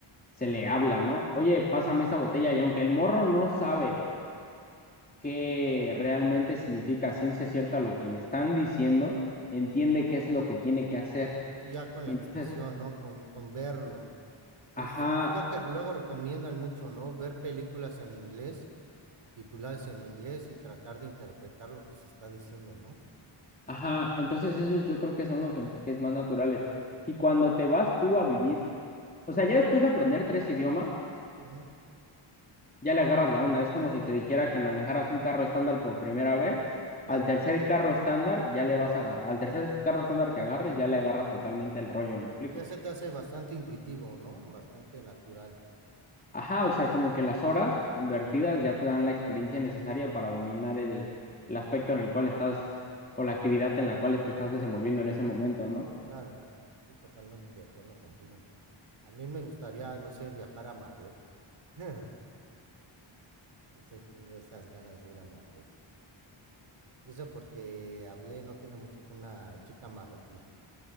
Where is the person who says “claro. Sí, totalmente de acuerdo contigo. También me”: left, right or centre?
Right